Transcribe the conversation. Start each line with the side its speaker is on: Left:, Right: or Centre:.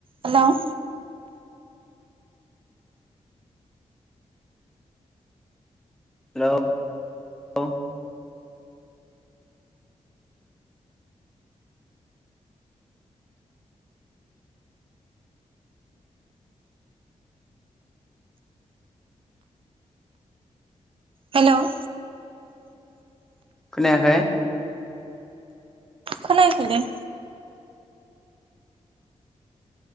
Right: हेल'
Centre: हेल' औ
Right: हेल'
Centre: खोनायाखैय?
Right: खोनायाखैय लोय।